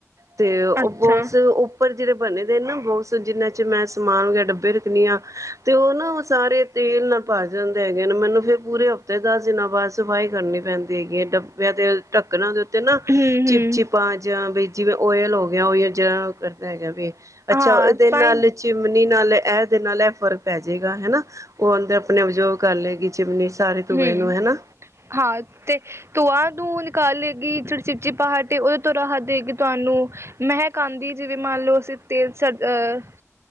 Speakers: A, on the right (about 85°); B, on the right (about 55°).
A: ਤੇ ਉਹ
B: ਅੱਛਾ
A: ਬਾਕਸ ਉੱਪਰ ਜਿਹੜੇ ਬਣੇ ਦੇ ਨਾ ਬੋਕਸ ਜਿਨਾਂ ਚ ਮੈਂ ਸਮਾਨ ਯਾਂ ਡੱਬੇ ਰੱਖਣੀ ਆ ਤੇ ਉਹ ਨਾ ਉਹ ਸਾਰੇ ਤੇਲ ਨਾਲ ਭਰ ਜਾਂਦੇ ਹੈਗੇ ਨੇ ਮੈਨੂੰ ਫੇਰ ਪੂਰੇ ਹਫ਼ਤੇ ਦਸ ਦਿਨਾਂ ਬਾਅਦ ਸਫ਼ਾਈ ਕਰਨੀ ਪੈਂਦੀ ਹੈਗੀ ਏ ਡੱਬਿਆ ਦੇ ਢੱਕਣਾ ਦੇ ਉੱਤੇ ਨਾ
B: ਹਮ
A: ਚਿਪਚਿਪਾ
B: ਹਮ
A: ਜਾਂ ਬਈ ਜਿਵੇਂ ਓਇਲ ਹੋ ਯਾਂ ਉਹੀ ਏ ਜਿਹਾ ਕਰਦਾ ਹੈਗਾ ਵੇ। ਅੱਛਾ
B: ਹਾਂ
A: ਉਹਦੇ
B: ਤਾਂ
A: ਨਾਲ
B: ਹੀ
A: ਚਿਮਨੀ ਨਾਲ ਏ। ਇਹਦੇ ਨਾਲ ਇਹ ਫ਼ਰਕ ਪੈ ਜੇਗਾ ਹਨਾ ਉਹ ਅੰਦਰ ਆਪਣੇ ਉਪਯੋਗ ਕਰ ਲਏਗੀ ਚਿਮਨੀ ਸਾਰੇ ਧੂੰਏ
B: ਹੂੰ
A: ਨੂੰ ਹਨਾ
B: ਹਾਂ ਤੇ ਤੂੰ ਆ ਧੂੰ ਨਿਕਾਲ ਲੇਗੀ ਚਿੜ ਚਿੜਚੀ ਪਹਾੜ ਤੇ ਉਹਦੇ ਤੋਂ ਰਾਹਤ ਦੇਗੀ ਤੁਹਾਨੂੰ ਮਹਿਕ ਆਂਦੀ ਜਿਵੇਂ ਮੰਨ ਲਓ ਅਸੀਂ ਤੇਲ ਸੜ ਅਹ